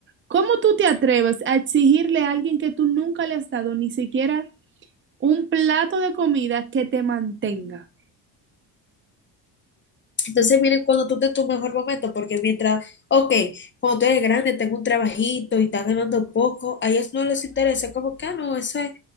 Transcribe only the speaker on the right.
¿cómo tú te atreves a exigirle a alguien que tú nunca le has dado ni siquiera un plato de comida que te mantenga?